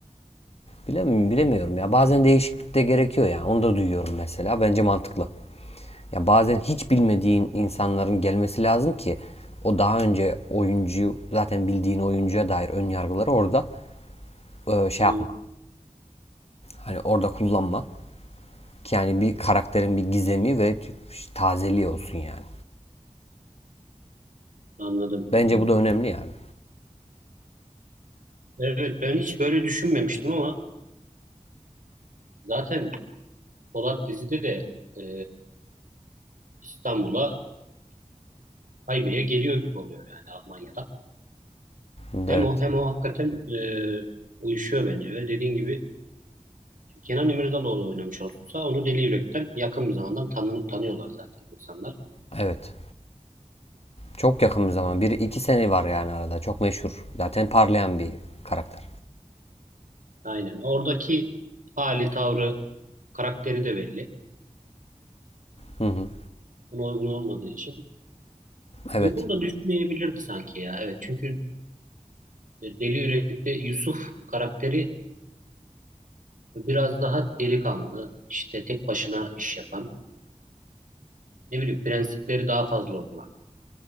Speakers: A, on the left; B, on the right.
A: Bilemiyorum, bilemiyorum ya. Bazen değişiklik de gerekiyor yani. Onu da duyuyorum mesela. Bence mantıklı. Ya bazen hiç bilmediğin insanların gelmesi lazım ki o daha önce oyuncuyu zaten bildiğin oyuncuya dair ön yargıları orada e, şey
B: hı,
A: yapma. Hani orada kullanma. Ki yani bir karakterin bir gizemi ve tazeliği olsun yani.
B: anladım,
A: Bence
B: anladım.
A: bu da önemli yani.
B: Evet ben hiç böyle düşünmemiştim ama zaten Polat dizide de e, İstanbul'a haybeye geliyor gibi oluyor yani Almanya'da.
A: Evet.
B: Hem o hem o hakikaten e, uyuşuyor bence ve dediğin gibi Kenan İmirzalıoğlu oynamış olsa onu Deli Yürek'ten yakın bir zamandan tanı- tanıyorlar zaten insanlar.
A: Evet. Çok yakın bir zaman. Bir iki sene var yani arada. Çok meşhur. Zaten parlayan bir karakter.
B: Aynen. Oradaki hali, tavrı, karakteri de belli.
A: Hı hı.
B: Ama uygun olmadığı için.
A: Evet.
B: Uygun da düşünmeyebilirdi sanki ya. Evet çünkü e, Deli Yürek'te Yusuf karakteri biraz daha delikanlı, işte tek başına iş yapan, ne bileyim prensipleri daha fazla olan